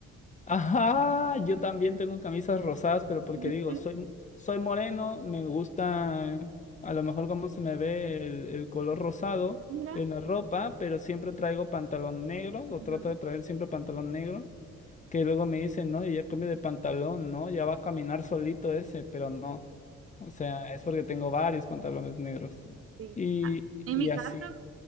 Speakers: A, on the left (about 25°); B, on the right (about 50°).
A: Ajá, yo también tengo camisas rosadas, pero porque
B: ¿Viste?
A: digo, soy, soy moreno, me gusta a lo mejor cómo se me ve el, el color rosado
B: Mira.
A: en la ropa, pero siempre traigo pantalón negro, lo
B: Ajá,
A: trato de traer siempre pantalón negro, que luego me dicen, no, y ya cambio de pantalón, ¿no? Ya va a caminar solito ese, pero no. O sea, es porque tengo varios pantalones negros.
B: sí.
A: Y,
B: Ah, en
A: y
B: mi
A: así.
B: caso,